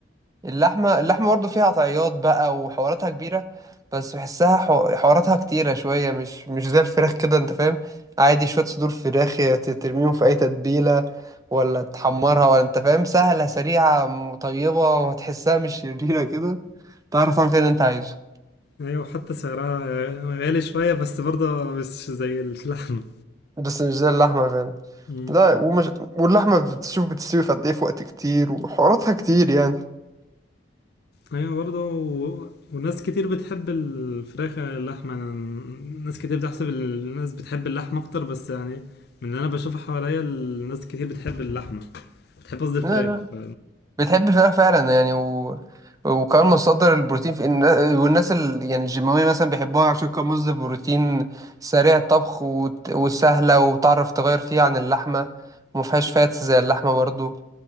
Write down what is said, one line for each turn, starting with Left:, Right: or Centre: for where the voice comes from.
Right: اللحمة اللحمة برضه فيها طعيات بقى وحواراتها كبيرة بس بحسها حو- حواراتها كتيرة شوية مش مش زي الفراخ كده انت فاهم عادي شوية صدور فراخ يا ت- ترميهم في أي تتبيلة ولا تحمرها ولا انت فاهم سهلة سريعة م- طيبة وهتحسها مش شريرة كده تعرف تعمل فيها اللي انت عايزه
Left: ايوه حتى سعرها غالي شوية بس برضه مش زي اللحمة
Right: بس مش زي اللحمة فاهم
Left: مم.
Right: لا ومش واللحمة بتشوف بتستوي في قد ايه في وقت كتير وحواراتها كتير يعني
Left: ايوه برضه و... وناس كتير بتحب الفراخ عن اللحمة أنا- ناس كتير بتحسب الناس بتحب اللحمة اكتر بس يعني من اللي انا بشوفه حواليا الناس كتير بتحب اللحمة بتحب قصدي الفراخ
Right: لا لا
Left: ف...
Right: بتحب الفراخ فعلا يعني و... وكمان مصدر البروتين في النا- والناس ال... يعني الجيماوية مثلا بيحبوها عشان كان مصدر بروتين سريع الطبخ وت... وسهلة وتعرف تغير فيها عن اللحمة وما فيهاش فاتس زي اللحمة برضو